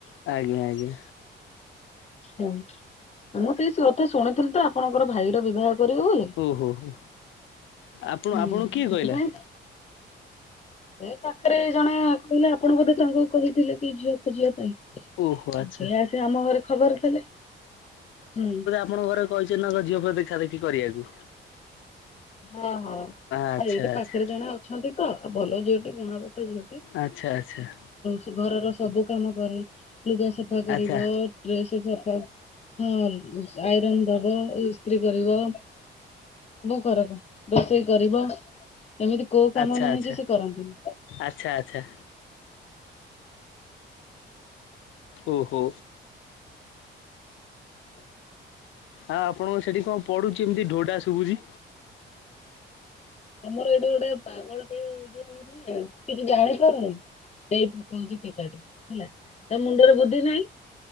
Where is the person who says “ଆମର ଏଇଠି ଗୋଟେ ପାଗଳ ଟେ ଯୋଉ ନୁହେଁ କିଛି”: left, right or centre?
Left